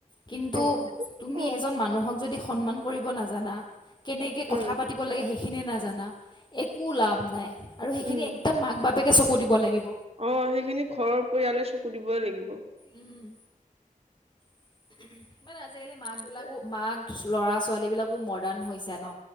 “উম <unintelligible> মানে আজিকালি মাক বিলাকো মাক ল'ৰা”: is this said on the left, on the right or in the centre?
Left